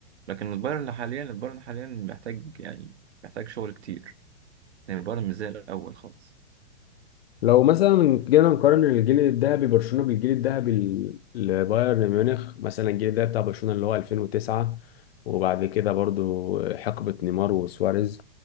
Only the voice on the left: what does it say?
لو مثلا جينا نقارن الجيل الذهبي برشلونه بالجيل الذهبي ل- لبايرن ميونخ مثلا الجيل الذهبي بتاع برشلونه اللي هو 2009 وبعد كده برضو حقبه نيمار وسواريز